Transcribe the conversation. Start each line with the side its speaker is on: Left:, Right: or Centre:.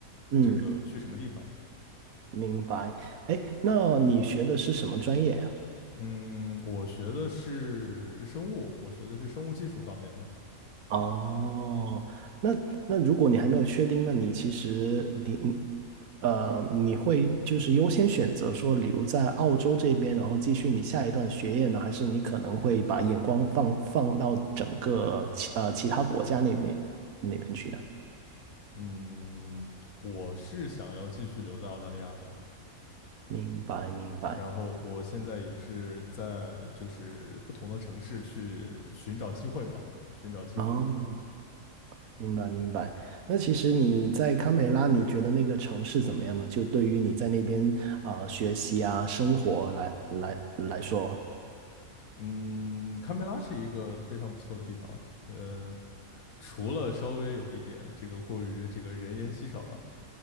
Right: 嗯。
Left: 这个去什么地方。
Right: 明白。哎，那你学的是什么专业呀？
Left: 嗯，我学的是生物，我学的是生物技术方面的。
Right: 哦，那那如果你还没有确定，那你其实你呃你会就是优先选择说留在澳洲这边，然后继续你下一段学业呢，还是你可能会把眼光放放到整个其呃其他国家那那那边去呢？
Left: 嗯，我是想要继续留在澳大利亚的，
Right: 明白明白。
Left: 然后我现在也是在就是不同的城市去寻找机会嘛，寻找机会。
Right: 哦，明白明白。那其实你在堪培拉，你觉得那个城市怎么样呢？就对于你在那边啊、呃学习啊、生活来来来说，
Left: 嗯，堪培拉是一个非常不错的地方，呃，除了稍微有一点这个过于这个人烟稀少了。